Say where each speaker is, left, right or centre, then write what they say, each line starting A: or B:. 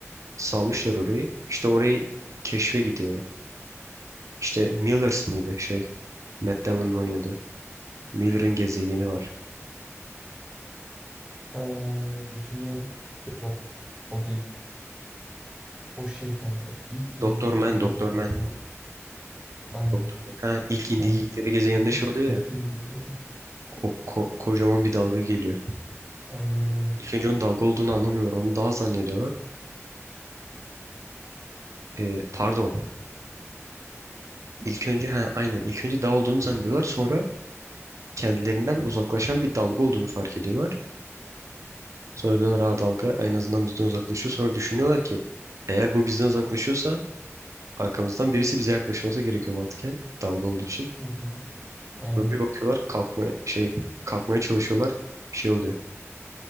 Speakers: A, on the right (about 80°); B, on the right (about 15°).
A: salmışlar orayı. İşte orayı keşfe gidiyorlar. İşte Millers mıydı şey, Matt Damon'un oynadığı. Miller'ın gezegeni var.
B: Ee, düşünüyorum. Yok. O değil. O şey kanka. İlk
A: Doktor
B: indikleri
A: Man,
B: gezegen
A: Doktor Man.
B: bu. Aynen.
A: Doktor Man. Ha, ilk indikleri
B: O Mir dediğin
A: gezegeninde şey oluyor
B: ilk
A: ya.
B: indikleri.
A: ko- ko- kocaman bir dalga geliyor.
B: Aynen öyle.
A: İlk önce onun dalga olduğunu anlamıyorlar. Onu dağ zannediyorlar. Ee, pardon. İlk önce ha, aynen ilk önce dağ olduğunu zannediyorlar. Sonra kendilerinden uzaklaşan bir dalga olduğunu fark ediyorlar. Sonra diyorlar ha dalga en azından bizden uzaklaşıyor. Sonra düşünüyorlar ki eğer bu bizden uzaklaşıyorsa arkamızdan birisi bize yaklaşması gerekiyor mantıken dalga olduğu için.
B: Hı hı. Aynen.
A: Sonra bir bakıyorlar kalkma şey kalkmaya çalışıyorlar. Şey oluyor.